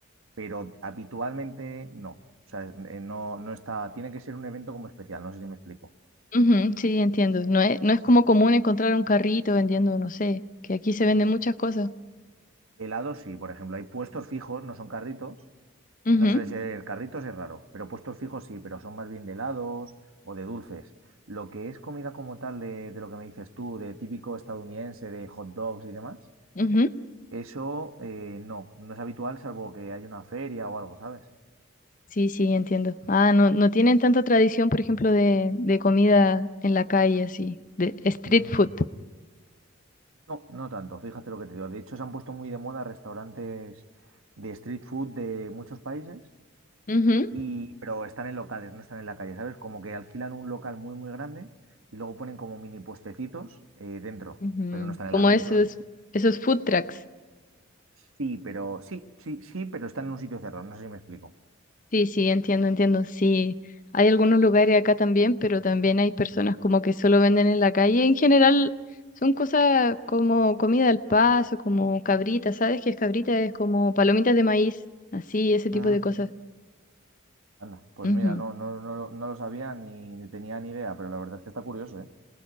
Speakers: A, on the right (about 75°); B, on the left (about 40°).
A: pero habitualmente no. O sea, eh, no, no está, tiene que ser un evento como especial, no sé si me explico.
B: Ujú, sí, entiendo. No es, no es como común encontrar un carrito vendiendo, no sé, que aquí se venden
A: Mm,
B: muchas cosas.
A: Helado sí, por ejemplo, hay puestos fijos, no son carritos,
B: Ujú,
A: no suele ser carritos, es raro, pero puestos fijos sí, pero son más bien de helados o de dulces. Lo que es comida como tal de, de lo que me dices tú, de típico estadounidense, de hot dogs y demás,
B: ujú.
A: eso eh, no, no es habitual salvo que haya una feria o algo, ¿sabes?
B: Sí, sí, entiendo. Ah, no, no tienen tanta tradición, por ejemplo, de, de comida en la calle, así, de street
A: Mm,
B: food.
A: No, no tanto, fíjate lo que te digo. De hecho, se han puesto muy de moda restaurantes de street food de muchos países,
B: Ujú,
A: y, pero están en locales, no están en la calle, ¿sabes? Como que alquilan un local muy, muy grande y luego ponen como mini puestecitos eh, dentro,
B: ujú.
A: pero no están
B: Como
A: en la calle,
B: esos,
A: claro.
B: esos food trucks.
A: Sí, pero sí, sí, sí, pero están en un sitio cerrado, no sé si me explico.
B: Sí, sí, entiendo, entiendo. Sí, hay algunos lugares acá también, pero también hay personas como que solo venden en la calle. En general son cosas como comida al paso, como cabrita, ¿sabes qué es cabrita? Es como palomitas de maíz, así, ese tipo
A: Mm,
B: de cosas.
A: Anda, pues
B: Ujú,
A: mira, no, no, no, no lo sabía ni, ni tenía ni idea, pero la verdad es que está curioso, ¿eh?